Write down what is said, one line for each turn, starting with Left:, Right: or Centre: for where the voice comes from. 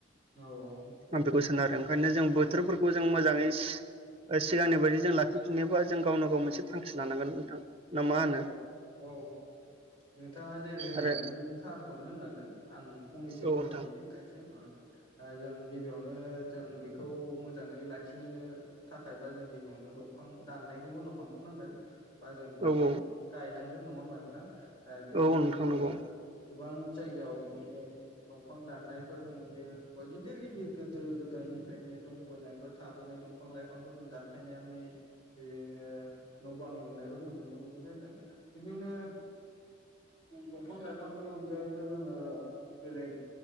Left: औ औ
Right: आं बेखौ सानो आरो ओंखायनो जों बोथोरफोरखौ जों मोजाङै सि सिगांनि बायदि जों लाखिफिननोबा जों गावनो गाव मोनसे थांखि लानांगोन नोंथां। ना मा होनो
Left: औ औ औ नोंथाङा जेरै होनलांदों
Right: आरो
Left: थारखौनो होनलांदों आं फंनैसो
Right: औ
Left: फोरमायनि
Right: नोंथां
Left: नोंथांनिसिम ओं ओ जों गिबियावनो जों बेखौ मोजाङै लाखिनो थाखायबा जों गिबियावनो दंफां दाननायखौ बन्द खामथनांगोन बा जों
Right: औ
Left: फां
Right: औ
Left: गायनांगोन नङा होमबा नोंथां ओ बिदिनो
Right: औ नोंथां
Left: जोङो
Right: नंगौ
Left: गोबां जायगायाव बिदिनो दंफां दाननायफोर नुयो बा गिदिर गिदिर गोदो गोदायनिफ्रायनो दंबोनाय बा थाबोनाय दंफां लाइफांखौ जों दानफायनानै ओ बिदिनो न' बां लुनायखौ जों नुनो मोननाय जादों बिदिनो न' दंफां लाइफांनि अनगायैबो जोङो बेलेग